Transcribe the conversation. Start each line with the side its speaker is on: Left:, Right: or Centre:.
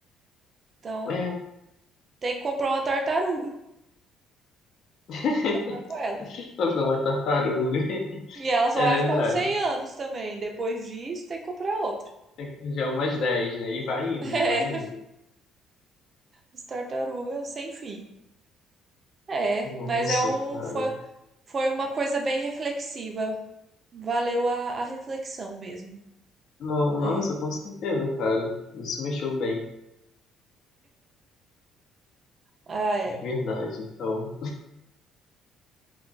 Right: Então,
Left: É,
Right: tem que comprar uma tartaruga
Left: <laughs>
Right: pra ficar com ela.
Left: vai ficar uma tartaruga. <laughs>
Right: E ela só
Left: É
Right: vai
Left: verdade.
Right: ficar uns 100 anos também. Depois disso, tem que comprar outra.
Left: É que já é umas dez né? E vai indo,
Right: <laughs> É,
Left: e vai indo.
Right: as tartarugas sem fim. É,
Left: Nossa,
Right: mas é um,
Left: cara.
Right: foi, foi uma coisa bem reflexiva. Valeu a, a reflexão mesmo,
Left: No-
Right: né?
Left: Nossa, com certeza, cara. Isso mexeu bem,
Right: Ah, é.
Left: de verdade. Então,